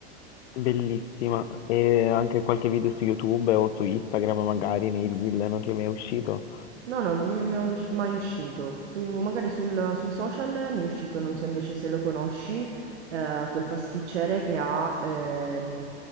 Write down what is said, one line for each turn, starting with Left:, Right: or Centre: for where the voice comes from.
Left: Bellissima. E anche qualche video su YouTube o su Instagram magari, nei reel, non ti è mai uscito?
Right: No, no, non mi è mai usc mai uscito. Su magari sul sui social mi è uscito, non so invece se lo conosci, ehm, quel pasticcere che ha, ehm,